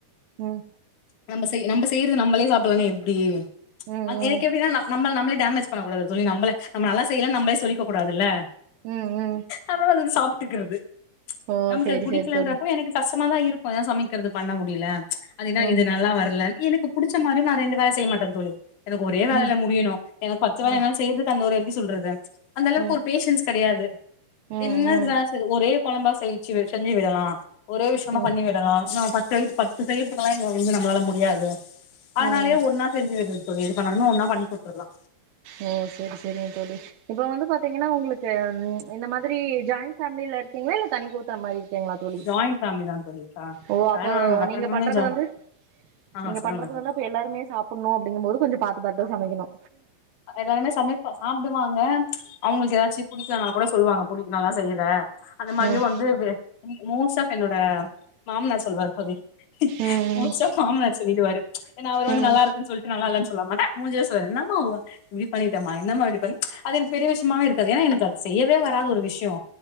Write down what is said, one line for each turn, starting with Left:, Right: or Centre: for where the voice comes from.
Right: ம்
Left: நம்ப செய் நம்ப செய்யறது நம்பளே சாப்பிட்லனா எப்டி
Right: ம்
Left: ஆ எனக்கு
Right: ம்
Left: எப்டினா ந நம்மள் நம்ளே டேமேஜ் பண்ணக் கூடாது சொல்லி நம்பளே நம்ம நல்லா செய்யலன்னு நம்பளே சொல்லிக்க கூடாதுல்ல
Right: ம் ம்
Left: அதனால அத சாப் ட்டுக்கிறது
Right: ஓ
Left: நமக்கு
Right: சேரி
Left: அது புடிக்கலன்றப்போ
Right: சேரி தோழி
Left: எனக்கு கஷ் ட்டமாதா இருக்கு ஏ சமைக்கிறது பண்ண முடியில அது என்னா
Right: ம்
Left: இது நல்லா வர்ல எனக்கு புடிச்ச மாரி நா ரெண்டு வேல செய்ய மாட்ட தோழி எனக்கு ஒரே வேலைல
Right: ம்
Left: முடியணு எனக்கு பத்து வேல
Right: ம்
Left: என்னால
Right: ம்
Left: செய்றதுக்கு அந்த ஒரு எப்டி சொல்றது அந்த அளவுக்கு
Right: ம்
Left: ஒரு பேஷன்ஸ்க் கெடையாது
Right: ம்
Left: என்ன வேல செய்றது ஒரே கொழம்பா செஞ்ச்சு வச்சிற்னு இல்லயா ஒரே விஷ்யமா
Right: ம்
Left: பண்ணி விடலா நா பத்து பத்து செய்யறத்துக்காக எங்க நம்ளால முடி யாது அதனாலே
Right: ம்
Left: ஒன்னா செஞ்சு விட்றது கொஞ்ச இது பண்ணம்னா ஒன்னா பண்ணி குட்த்துருக்கலா
Right: ஓ சேரி சேரிங்க தோழி இப்ப வந்து பாத்தீங்கனா உங்ளுக்கு உம் இந்த மாதிரி ஜாயிண்ட் ஃபேம்லில இருக்கீங்ளா இல்ல தனி குடுத்தன மாரி இரு கீங்ளா தோழி
Left: ஜாயிண்ட் ஃபேமிலி தா தோழி ஆ
Right: ஓ
Left: கல்யாண
Right: அப்போ
Left: ஆனதுக்கு அப்புறமாவே
Right: நீங்க பண்றத
Left: ஜாயின்
Right: வந்து
Left: ஆ
Right: நீங்க
Left: சொல்லுங்க
Right: பண்றத
Left: தோழி
Right: வந்து அப்ப எல்லாருமே சாப்புட்னு அப்டிங்கும் போது கொஞ்ச பாத்து பாத்துதா சமைக்கணு
Left: அஹ் எல்லாருமே சமைப்பா சாப்டுவாங்க அவ்ங்களுக்கு எதாச்சு புடிக்கலனா கூட சொல்லுவாங்க புடிக்கலனா செய்யிறா அந்த மாரியே
Right: ம்
Left: வந்து வெ உம் மோஸ்ட் ஆஃப் என்னோட மாம்னார் சொல்வார் தோழி
Right: ம்
Left: மோஸ்ட் ஆஃப் மாம்னார் சொல்லிடுவாரு ஏனா அவரு வந்து
Right: ம் ம்
Left: நல்லா இருக்குன் சொல்ட்டு நல்லால்லன் சொ சொல்லமாட்ட மூஞ்சியே சொன்ன மாரிதா என்ன பண்ணிட்ட மா என்னமா இப்டி பண்ணு அது எனக்கு பெரிய விஷ்யமாவே இருக்காது ஏனா எனக்கு அது செய்யவே வராத ஒரு விஷ்யோ